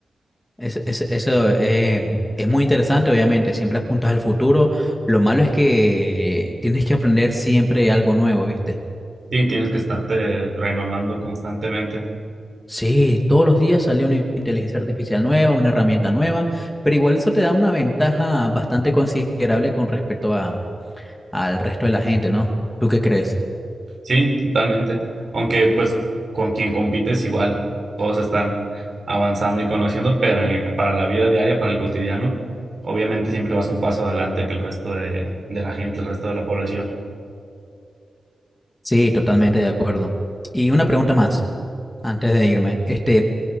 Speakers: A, on the left; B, on the right.
A: Es- es- eso eh, es muy interesante, obviamente. Siempre apuntas al futuro. Lo malo es que tienes que aprender siempre algo nuevo, ¿viste?
B: Sí, tienes que estarte renovando constantemente.
A: Sí, todos los días sale una inteligencia artificial nueva, una herramienta nueva, pero igual eso te da una ventaja bastante considerable con respecto a, al resto de la gente, ¿no? ¿Tú qué crees?
B: Sí, totalmente. Aunque pues con quien compites igual, todos están avanzando y conociendo, pero eh, para la vida diaria, para el cotidiano, obviamente siempre vas un paso adelante que el resto de, de la gente, el resto de la población.
A: Sí, totalmente de acuerdo. Y una pregunta más, antes de irme. Este,